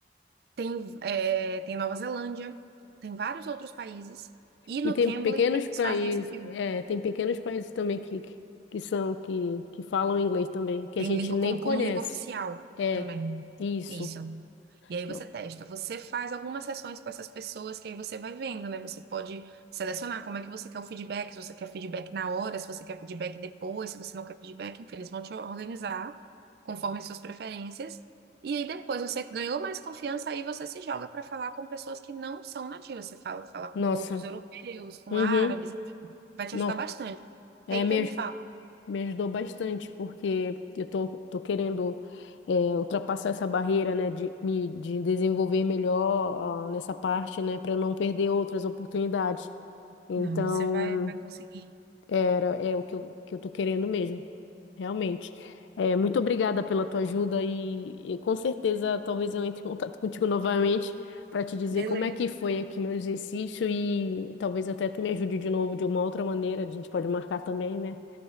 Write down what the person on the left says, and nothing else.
E tem
pequenos
países,
é, tem pequenos países também que, que são que, que falam inglês também, que
a gente
nem
conhece.
É,
isso.
No-
Nossa.
Uhum.
Nossa.
É,
me,
aj-
me ajudou bastante, porque eu tô, tô querendo é, ultrapassar essa barreira, né, de me de desenvolver melhor ah, nessa parte, né, para eu não perder outras oportunidades. Então,
era, é o que eu, que eu tô querendo mesmo. Realmente. É, muito obrigada pela tua ajuda e, e com certeza talvez eu entre em contato <laughs> contigo novamente para te dizer
como é que foi aqui meu exercício e talvez até tu me ajude de novo de uma outra maneira. A gente pode marcar também, né?